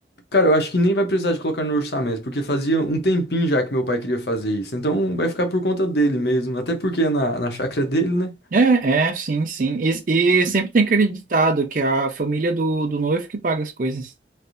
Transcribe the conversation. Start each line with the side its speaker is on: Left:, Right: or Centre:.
Left: Cara, eu acho que nem vai precisar de colocar no orçamento, porque fazia um tempinho já que meu pai queria fazer isso, então vai ficar por conta dele mesmo, até porque é na, na chácara dele, né?
Right: É, é, sim, sim. E, e sempre tem acreditado que é a família do, do noivo que paga as coisas.